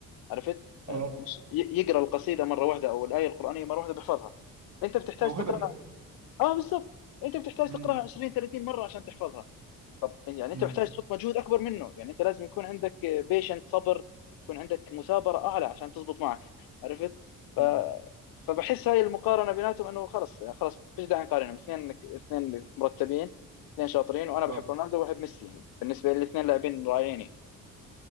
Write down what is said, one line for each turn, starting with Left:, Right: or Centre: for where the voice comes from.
Left: عرفت
Right: اه
Left: يعني مش ي- يقرا القصيده مره واحده او الايه القرانيه مره واحده بيحفظها انت بتحتاج
Right: موهبه
Left: تقراها
Right: دي
Left: اه بالضبط انت بتحتاج
Right: امم
Left: تقراها 20 30 مره عشان تحفظها طب يعني انت
Right: امم
Left: محتاج تحط مجهود اكبر منه يعني انت لازم يكون عندك بيشنت صبر يكون عندك مثابره اعلى عشان تزبط معك عرفت ف...
Right: أمم.
Left: فبحس هاي المقارنه بيناتهم انه خلص يعني خلص فيش داعي نقارنهم اثنين اثنين مرتبين اثنين شاطرين وانا بحب
Right: اه
Left: رونالدو وبحب ميسي يعني بالنسبه لي الاثنين لاعبين رائعين يعني